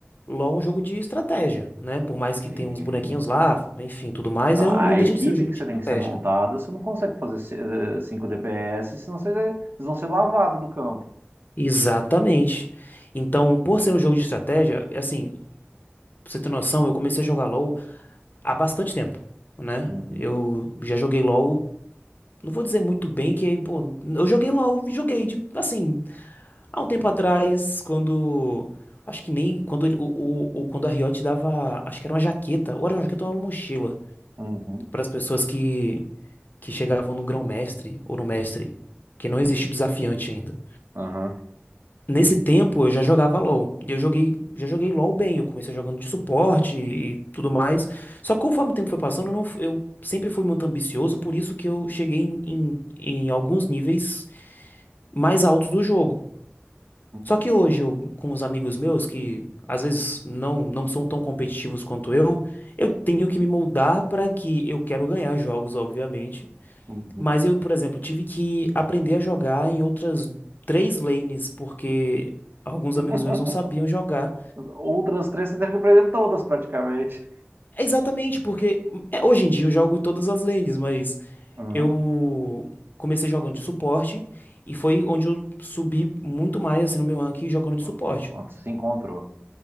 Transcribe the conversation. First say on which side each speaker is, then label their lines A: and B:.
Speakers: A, on the left; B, on the right.
A: LoL é um jogo de estratégia, né? Por mais
B: sim.
A: que tenha uns bonequinhos lá, enfim, tudo mais,
B: A
A: é um, não deixa
B: equipe
A: de ser um jogo
B: que
A: de
B: você
A: estratégia.
B: tem que ser montada, você não consegue fazer 5 DPS, senão você, vocês vão ser lavados do campo.
A: Exatamente. Então, por ser um jogo de estratégia, assim, pra você ter noção, eu comecei a jogar LoL há bastante tempo, né?
B: Uhum,
A: Eu já joguei LoL. Não vou dizer muito bem que, pô, eu joguei LOL, joguei de, assim, há um tempo atrás, quando, acho que nem, quando ele- o, o, o- quando a Riot dava, acho que era uma jaqueta, ou era uma jaqueta ou era uma mochila,
B: uhum,
A: para as pessoas que, que chegavam no grão-mestre ou no mestre, que não existia
B: uhum,
A: o desafiante ainda.
B: aham.
A: Nesse tempo eu já jogava LoL, e eu joguei, já joguei LoL bem, eu comecei jogando de suporte e, e tudo mais, só que conforme o tempo foi passando, eu, não, fu- eu sempre fui muito ambicioso, por isso que eu cheguei em, em, em alguns níveis mais altos do jogo.
B: Uhum.
A: Só que hoje eu, com os amigos meus que às vezes não não são tão competitivos quanto eu, eu tenho que me moldar para que eu quero ganhar jogos, obviamente.
B: uhum.
A: Mas eu, por exemplo, tive que aprender a jogar em outras três lanes porque alguns
B: <laughs>
A: amigos meus não sabiam jogar.
B: Outras três você teve que aprender todas praticamente.
A: É Exatamente, porque é, hoje em dia eu jogo em todas as lanes, mas
B: Uhum.
A: eu comecei jogando de suporte e foi onde eu subi muito mais assim no meu ranking jogando de
B: Ó,
A: suporte.
B: ó, Se encontrou.